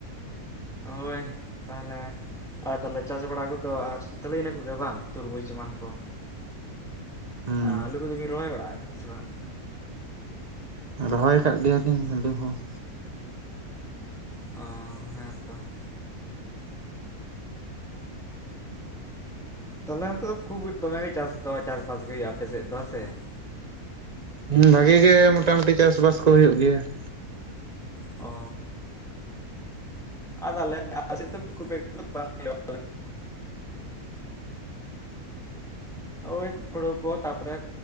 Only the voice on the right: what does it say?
ᱦᱩᱸ
ᱨᱚᱦᱚᱭ ᱟᱠᱟᱫ ᱜᱮᱭᱟᱞᱤᱧ ᱟᱞᱤᱧ ᱦᱚᱸ ᱾
ᱦᱮᱸ ᱵᱷᱟᱜᱤ ᱜᱮ ᱢᱚᱴᱟ ᱢᱩᱴᱤ ᱪᱟᱥ ᱵᱟᱥ ᱠᱚ ᱦᱩᱭᱩᱜ ᱜᱮᱭᱟ ᱾